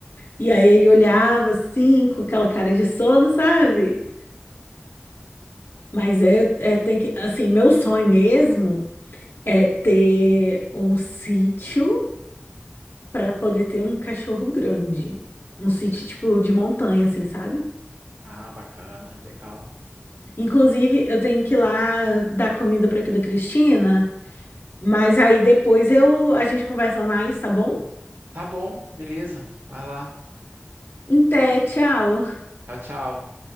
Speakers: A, on the left; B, on the right.
A: E aí ele olhava assim, com aquela cara de sono, sabe? Mas é, é tem que, assim, meu sonho mesmo é ter um sítio para poder ter um cachorro grande. Um sítio tipo de montanha, assim, sabe?
B: Ah, bacana, legal.
A: Inclusive, eu tenho que ir lá dar comida para aqui da Cristina, mas aí depois eu a gente conversa mais, tá bom?
B: Tá bom, beleza. Vai lá.
A: até té, tchau.
B: Tchau, tchau.